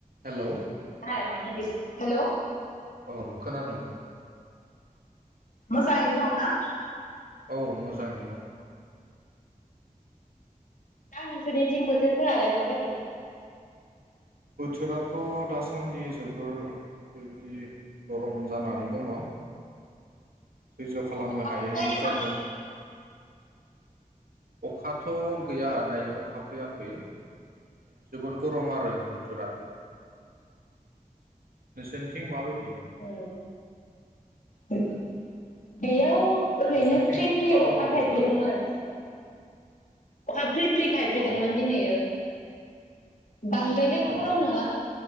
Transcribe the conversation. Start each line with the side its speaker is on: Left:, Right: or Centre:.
Right: Hello
Left: <unintelligible> hello.
Right: औ खोनादों।
Left: मोजाङैनो दंना?
Right: औ मोजाङैनो दं।
Left: दा नोंसोरनिथिं बोथोर फोरालाय मा बादि?
Right: बोथोराथ दासान्दि जोबोर बेबायदि गरम जानानै दङ। सैज खालामनो
Left: अखाफोर
Right: हायै हायै
Left: फैदों नामा?
Right: जादों। अखाथ गैया दायो अखा फैया खै माने जोबोद गरम आरो बोथोरा। नोंसिनिथिं माबाय
Left: ओ। <unintelligible> बेयाव ओरैनो
Right: नोंसोरनिथिं
Left: फ्रि फ्रि
Right: माबायदि
Left: अखा
Right: बोथोरा
Left: थायफ्रिदोंमोन। अखा फ्रि फ्रि थाइफ्रिदोंमोन
Right: अ औ
Left: दिनैयो। बांद्रायलाय
Right: औ
Left: गरम नङा।